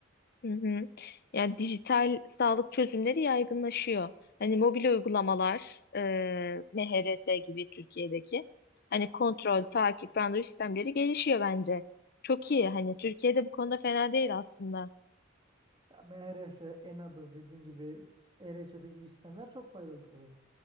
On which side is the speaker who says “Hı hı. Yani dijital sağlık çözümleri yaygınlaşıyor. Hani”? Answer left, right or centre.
Left